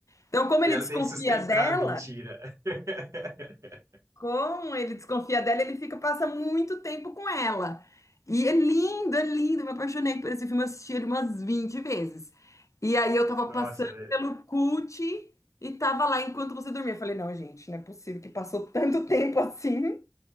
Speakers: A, on the left; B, on the right.
A: Então, como
B: E
A: ele
B: ela
A: desconfia
B: tem que sustentar
A: dela,
B: a mentira. <laughs>
A: com ele desconfia dela, ele fica, passa muito tempo com ela. E é lindo, é lindo. Eu Me apaixonei por esse filme, eu assisti ele umas 20 vezes. E aí eu tava
B: Nossa,
A: passando
B: é.
A: pelo cult e tava lá enquanto você dormia. Eu falei, não, gente, não é possível que passou tanto <laughs> tempo assim.